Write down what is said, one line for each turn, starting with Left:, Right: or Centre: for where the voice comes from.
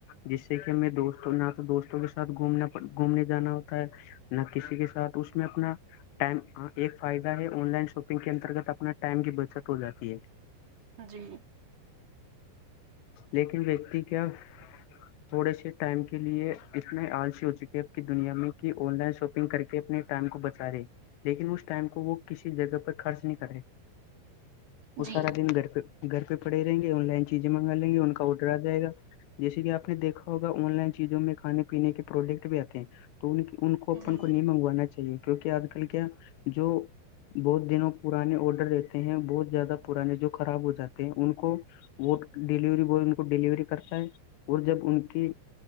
Left: جس سے کہ ہم دوستوں نہ تو دوستوں کے ساتھ گھومنا گھومنے جانا ہوتا ہے نہ کسی کے ساتھ اس میں اپنا ٹائم ایک فائدہ ہے آن لائن شاپنگ کے انترگت اپنا ٹائم کی بچت ہو جاتی ہے
Right: جی
Left: لیکن ویکتی کیا تھوڑے سے ٹائم کے لیے اتنے آلسی ہو چکی اب کی دنیا میں کہ آن لائن شاپنگ کر کے اپنے ٹائم کو بچا رہے لیکن اس ٹائم کو وہ کسی جگہ پر خرچ نہیں کر رہے وہ
Right: جی
Left: سارا دن گھر پہ گھر پہ پڑھے رہیں گے آن لائن چیزیں منگا لیں گے ان کا آڈر آ جائے گا جیسے کہ آپ نے دیکھا ہوگا آن لائن چیزوں میں کانے پینے کے پروڈکٹ بھی آتے ہیں تو ان ان کو اپن
Right: جی
Left: کو نہیں منگوانا چاہیے کیونکہ آج کل کیا جو بہت دنوں پرانے آڈر لیتے ہیں بہت زیادہ پرانے جو خراب ہو جاتے ہیں ان کو وہ ڈیلیوری بوائے ان کو ڈیلیوری کرتا ہے اور جب ان کی